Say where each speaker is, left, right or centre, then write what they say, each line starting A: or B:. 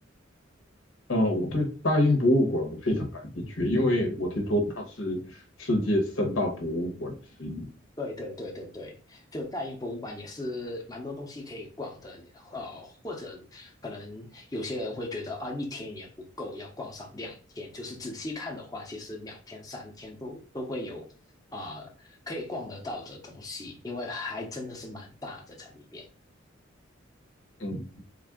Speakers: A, on the left (about 85°); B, on the left (about 20°).
A: 呃，我对大英博物馆非常感兴趣，因为我听说它是世界三大博物馆之一。
B: 对对对对对，就大英博物馆也是蛮多东西可以逛的，呃，或者可能有些人会觉得啊，一天也不够，要逛上两天。就是仔细看的话，其实两天三天都都会有啊、呃可以逛得到的东西，因为还真的是蛮大的在里面。
A: 嗯